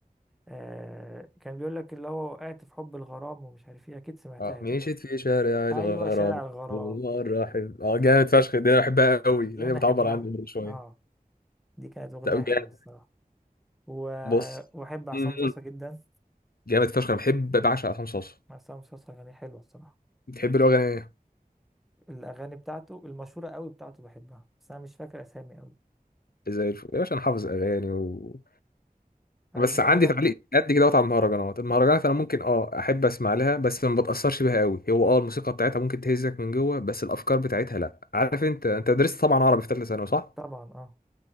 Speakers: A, in the centre; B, on the left.
A: آه كان بيقول لك اللي هو وقعت في حب الغرام ومش عارف ايه اكيد سمعتها
B: اه
A: دي
B: مشيت في شارع
A: ايوه
B: الغرام
A: شارع الغرام
B: والله الرحيم اه جامد فشخ دي انا بحبها قوي
A: دي
B: لان
A: انا
B: هي بتعبر
A: احبها
B: عني برضه شويه
A: اه دي كانت اغنيه
B: طب
A: حلوه
B: جامد
A: الصراحه و...
B: بص
A: واحب عصام
B: مم.
A: صاصا جدا
B: جامد فشخ انا بحب بعشق عصام صاصا
A: عصام صاصا اغاني حلوه الصراحه
B: بتحب له اغاني ايه
A: الاغاني بتاعته المشهوره قوي بتاعته بحبها بس انا مش فاكر اسامي قوي
B: زي الفل يا باشا انا حافظ اغاني و...
A: عايزني
B: بس عندي
A: اقول لك
B: تعليق قد كده وقت على المهرجانات المهرجانات انا ممكن اه احب اسمع لها بس ما بتاثرش بيها قوي هو اه الموسيقى بتاعتها ممكن تهزك من جوه بس الافكار بتاعتها لا عارف انت انت درست طبعا عربي في ثالثه ثانوي صح
A: طبعا اه